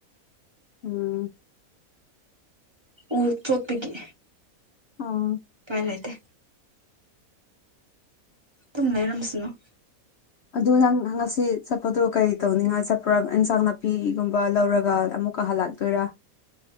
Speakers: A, on the left; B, on the right.
A: ꯎꯝ
B: ꯎ ꯆꯣꯠꯄꯒꯤ
A: ꯑꯥ
B: ꯎꯄꯥꯏ ꯂꯩꯇꯦ ꯗꯨꯝ ꯂꯩꯔꯝꯁꯅꯣ
A: ꯑꯗꯨ ꯅꯪ ꯉꯁꯤ ꯆꯠꯄꯗꯨꯣ ꯀꯩ ꯇꯧꯅꯤꯡꯉꯥꯏ ꯆꯠꯄꯥ ꯏꯟꯁꯥꯡ ꯅꯥꯄꯤꯒꯨꯝꯕ ꯂꯧꯔꯒ ꯑꯃꯨꯛ ꯀꯥ ꯍꯜꯂꯥꯛꯇꯣꯏꯔꯥ